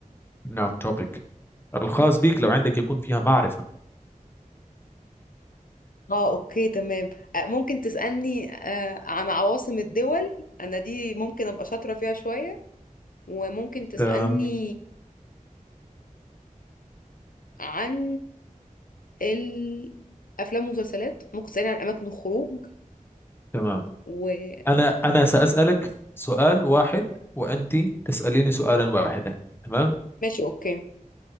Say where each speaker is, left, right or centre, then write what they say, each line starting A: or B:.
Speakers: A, on the left; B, on the left.
A: نعم توبيك الخاص بك لو عندك يكون فيها معرفة
B: اه اوكي تمام آه، ممكن تسألني آه، عن عواصم الدول انا دي ممكن ابقى شاطرة فيها شوية وممكن تسألني
A: تمام
B: عن الافلام والمسلسلات ممكن تسألني عن اماكن الخروج
A: تمام
B: وماشي
A: أنا أنا سأسألك سؤال واحد وأنت تسأليني سؤالا واحدا تمام؟
B: اوكي